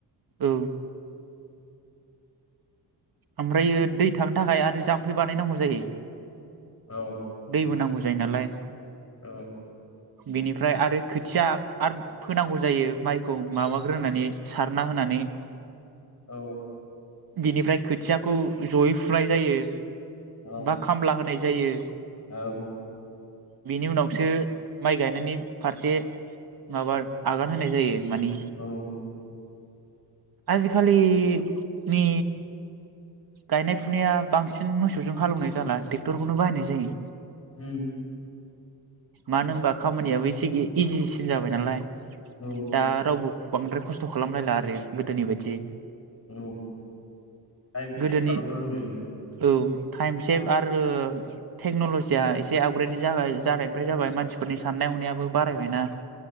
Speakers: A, on the right (about 55°); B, on the left (about 35°).
A: औ आमफ्रायो दै थांनो थाखाय आरो जाम्फै बानायनांगौ जायो
B: औ
A: बो नांगौ जायो नालाय
B: ओ
A: बिनिफ्राय आरो खोथिया आरो फोनांगौ जायो माइखौ माबाग्रोनानै सारना होनानै
B: औ
A: बिनिफ्राय खोथियाखौ जयै फुनाय जायो
B: औ
A: बा खामला होनाय जायो
B: औ
A: बिनि उनावसो माइ गायनायनि फारसे माबा आगान होनाय जायो मानि
B: औ
A: आजिखालि नि गायनाय फुनाया बांसिन मोसौजों हालेवनाय जाला टेक्टरखौनो बाहायनाय जायो
B: उम
A: मानो होमबा खामानियाबो एसे इजिसिन जाबाय नालाय
B: औ
A: दा रावबो बांद्राय खस्थ' खालामलायला आरो गोदोनि बायदि
B: औ लायफ
A: गोदोनि
B: सेभ खालामनो लुबैयो
A: औ टाइम सेभ आरो टेक्न'ल'जिया एसे आपग्रेड जानाय ओमफ्राय जाबाय मानसिफोरनि साननाय हनायाबो बारायबायना